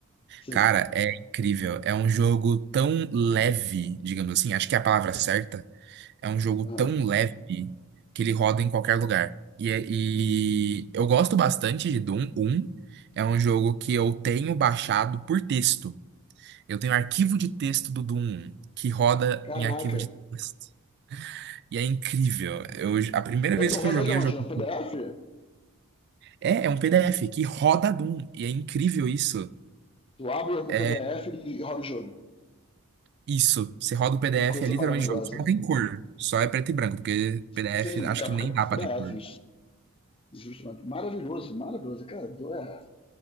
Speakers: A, on the left; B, on the right.
A: sim.
B: Cara, é incrível. É um jogo tão leve, digamos assim, acho que é a palavra certa. É um jogo
A: Aham.
B: tão leve que ele roda em qualquer lugar. E, é- e eu gosto bastante de Doom um É um jogo que eu tenho baixado por texto. Eu tenho arquivo de texto do Doom 1, que roda
A: Caraca.
B: em arquivo de texto. E é incrível. Eu, a primeira
A: E
B: vez
A: aí tu roda
B: que eu joguei,
A: ele onde?
B: eu joguei.
A: No PDF?
B: É, é um PDF que roda Doom. E é incrível isso.
A: Tu abre o
B: É
A: PDF e roda o jogo.
B: isso. Você roda o PDF,
A: Que coisa
B: é literalmente
A: maravilhosa.
B: jogo. Só não tem cor. Só é preto e branco, porque PDF
A: Sim,
B: acho
A: época
B: que nem dá
A: PDF.
B: pra ter cor.
A: Justamente. Maravilhoso, maravilhoso. Cara, do- é,